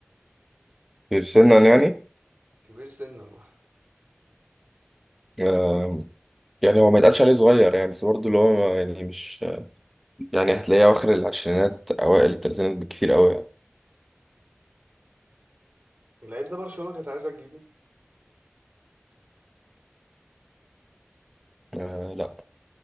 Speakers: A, in the centre; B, on the right.
A: في سنا يعني
B: كبير سنا
A: آه يعني هو ما يتقالش عليه صغير يعني بس برضه اللي هو يعني مش يعني هتلاقيه أواخر العشرينات أوائل التلاتينات بكتير أوي يعني
B: اللعيب ده برشلونة كانت عايزة تجيبه
A: آه لا